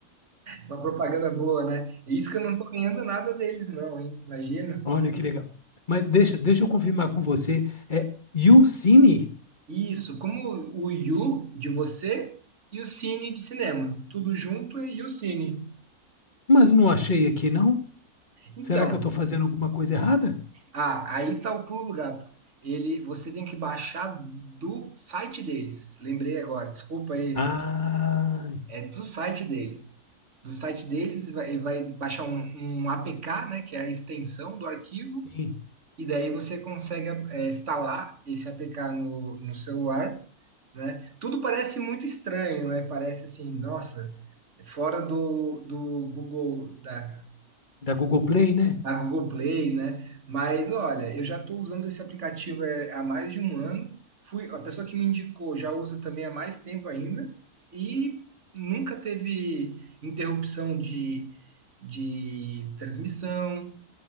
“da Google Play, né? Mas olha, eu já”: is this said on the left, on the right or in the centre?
Right